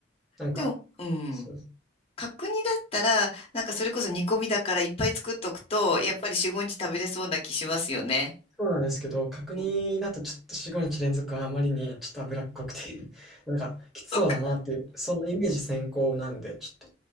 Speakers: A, in the centre; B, on the left (about 30°).
A: なんか、
B: でも、うん。
A: そう、そ
B: 角煮だったら、なんかそれこそ煮込みだからいっぱい作っとくと、やっぱり4、5日食べれそうな気しますよね。
A: うなんですけど、角煮だとちょっと4、
B: うん。
A: 5日連続はあまりにちょっと脂っこくて、<laughs> なんかきつそうだなっていう、
B: そっか。
A: そのイメージ先行なんで、ちょっと